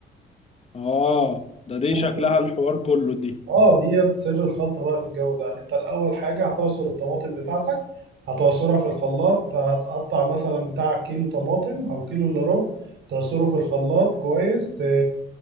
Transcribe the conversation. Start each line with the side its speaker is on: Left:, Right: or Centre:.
Left: اه ده دي
Right: سمت
Left: شكلها الحوار كله دي
Right: اه ديت سر الخلطة بقى في الجو ده انت الأول حاجة هتعصر الطماطم بتاعتك هتعصرها في الخلاط هتقطع مثلا بتاع كيلو طماطم أو كيلو إلا ربع تعصره في الخلاط كويس ت...